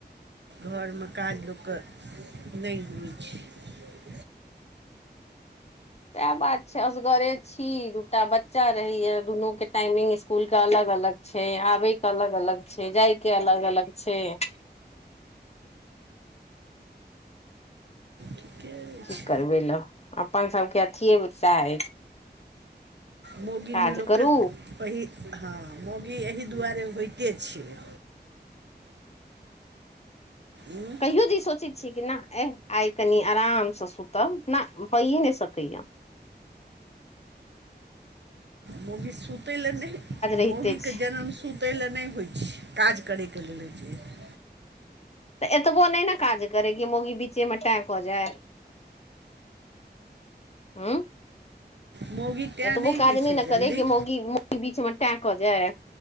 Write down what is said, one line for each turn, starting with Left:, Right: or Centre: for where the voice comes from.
Right: घरमे काज लोकके नहि होइ छैय।
Left: <inaudible> सएह बात छै असगरे छी दूटा बच्चा रहैय दुनू के टाइमिंग स्कुल के अलग अलग अलग छैय आबै के अलग अलग छैय जाय के अलग अलग छैय। <inaudible>
Right: ठीके अछि
Left: की करबै लए अपन सभके अथिए साहै अछि।
Right: मोगीमे
Left: काज
Right: लोकके
Left: करू
Right: पहि हँ मोगी एहि दुआरे होइते छैय। उँ,
Left: कहियो जे सोचैत छीयै कि नहि ए आइ कनि आरामसँ सुतब ने भयए नहि सकै या। <inaudible>
Right: मौगी सुतै लए नहि
Left: रहिते
Right: मौगीके
Left: छै
Right: जनम सुतै लए नहि होइ छैय काज करैके लेल होइ छैय।
Left: तऽ एतबो नहि ने काज करै कि मौगी बीचेमे टै क जाय हँ
Right: मौगी तैँ
Left: एतबो काज
Right: होइ
Left: नहि
Right: छै
Left: ने
Right: जल्दी
Left: करे के मौगी मौगी बीच मे टां क जाय